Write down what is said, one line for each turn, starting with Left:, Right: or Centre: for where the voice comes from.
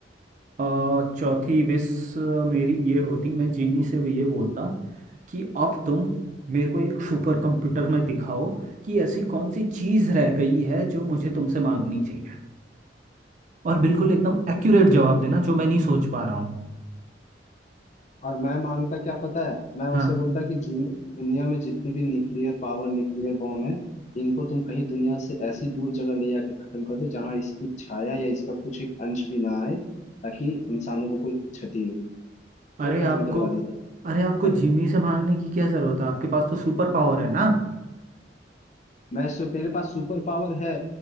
Right: और चौथी विश मेरी ये होती मैं जिनी से भी ये बोलता कि अब तुम मेरे को एक सुपर कंप्यूटर में दिखाओ कि ऐसी कौन सी चीज रह गई है जो मुझे तुमसे मांगनी चाहिए और बिल्कुल एकदम एक्यूरेट जवाब देना
Left: अच्छा
Right: जो मैं नहीं सोच पा रहा हूँ
Left: और मैं मांगता क्या पता है मैं
Right: हाँ
Left: उसे बोलता कि जीनी दुनिया में जितनी भी न्यूक्लियर पावर न्यूक्लियर बॉम्ब है इनको तुम कहीं दुनिया से ऐसी दूर जगह ले जाके खत्म कर दो जहां इसकी छाया या इसका कुछ एक अंश भी ना आए ताकि इंसानों को कोई क्षति
Right: अरे
Left: मैं खत्म
Right: आपको
Left: करवा देता सबसे
Right: अरे आपको
Left: पहले
Right: जिमी से मांगने की क्या जरूरत है आपके पास तो सुपर पावर है ना
Left: मैं सु, मेरे पास सुपर पावर है